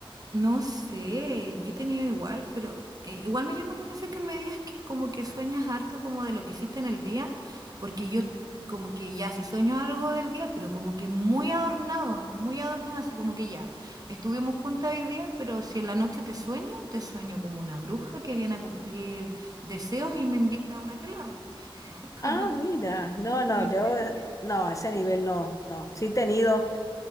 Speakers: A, on the right (about 40°); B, on the left (about 35°).
A: No sé, yo he tenido igual, pero eh, igual me llama la atención que me digas que como que sueñas harto como de lo que hiciste en el día, porque yo como que ya si sueño algo del día, pero como que muy adornado, muy adornado, así como que ya, estuvimos juntas hoy día, pero si en la noche te sueño, te sueño como una bruja que viene a cumplir deseos y me invita a una aquelarre. <laughs>
B: Ah,
A: Como,
B: mira, no, no,
A: ¿me entiendes?
B: yo eh, no, a ese nivel no, no. Sí he tenido.